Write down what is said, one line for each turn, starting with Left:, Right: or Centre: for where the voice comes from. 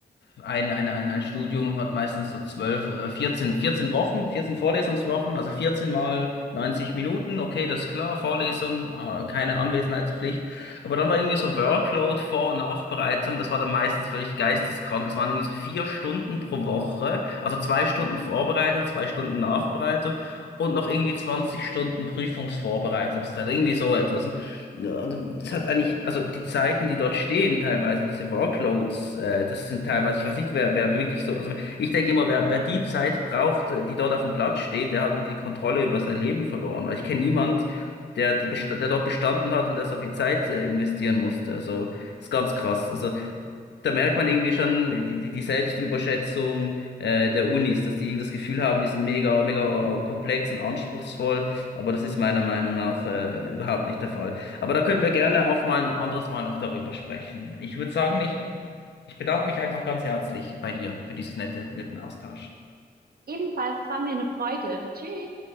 Left: ein, ein, ein, ein Studium hat meistens so zwölf oder vierzehn vierzehn Wochen, 14 Vorlesungswochen, also 14 mal 90 Minuten, okay, das ist klar, Vorlesung, ah, keine Anwesenheitspflicht. Aber dann war irgendwie so Workload, Vor- und Nachbereitung, das war dann meistens völlig geisteskrank. Das waren irgendwie so vier Stunden pro Woche, also zwei Stunden Vorbereitung, zwei Stunden Nachbereitung und noch irgendwie 20 Stunden Prüfungsvorbereitungszeit, irgendwie so etwas. Und, ja, und das hat eigentlich, also die Zeiten, die dort stehen, teilweise diese Workloads, äh, das sind teilweise, ich weiß nicht, wer, wer wirklich so, also ich denke immer, wer, wer die Zeit braucht, äh, die dort auf dem Platz steht, der hat irgendwie die Kontrolle über sein Leben verloren. Weil ich kenne niemand, der, die besta- der dort bestanden hat und der so viel Zeit äh, investieren musste. Also ist ganz krass. Also da merkt man irgendwie schon die, die die Selbstüberschätzung äh, der Unis, dass die irgendwie das Gefühl haben, die sind mega, mega äh, komplex und anspruchsvoll, aber das ist meiner Meinung nach äh, überhaupt nicht der Fall. Aber da können wir gerne auch mal ein anderes Mal noch darüber sprechen. Ich würde sagen, ich, ich bedanke mich einfach ganz herzlich bei dir für dieses nette, netten Austausch.
Right: ebenfalls. Es war mir eine Freude. Tschüss.